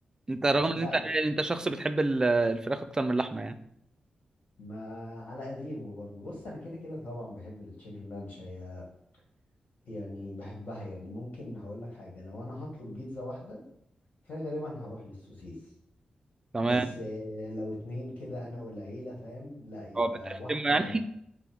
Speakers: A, on the right; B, on the left.
A: انت رغم
B: لا
A: ان انت انت شخص بتحب ال- الفراخ اكتر من اللحمة يعني
B: ما على قديمه برضه بص انا كده كده طبعا بحب التشيكن لانش هي يعني بحبها يعني ممكن هقول لك حاجة لو انا هطلب بيتزا واحدة فغالبا هروح للسوسيس
A: تمام
B: بس آه، لو اتنين كده انا والعيلة فاهم لا يبقى
A: هو بتقسمه
B: واحدة
A: يعني